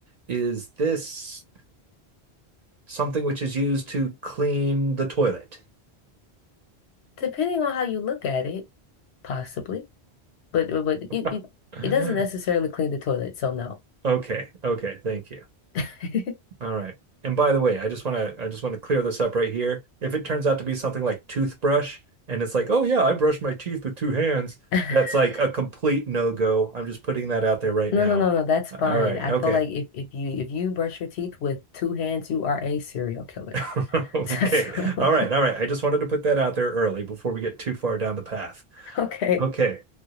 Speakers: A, on the right (about 45°); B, on the left (about 80°).
A: Is this something which is used to clean the toilet?
B: depending on how you look at it, possibly. But but you, you
A: <laughs>
B: it doesn't necessarily clean the toilet, so no.
A: okay. Okay. Thank you.
B: <laughs>
A: All right. And by the way, I just want to I just want to clear this up right here. If it turns out to be something like toothbrush and it's like, "Oh yeah, I brush my teeth with two hands."
B: <laughs>
A: That's like a complete no-go. I'm just putting that out there right
B: No,
A: now.
B: no, no, no, that's fine.
A: All right.
B: I
A: Okay.
B: feel like if, if you if you brush your teeth with two hands, you are a serial killer.
A: <laughs> Okay.
B: <laughs> So,
A: All right. All right. I just wanted to put that out there early before we get too far down the path.
B: okay.
A: Okay.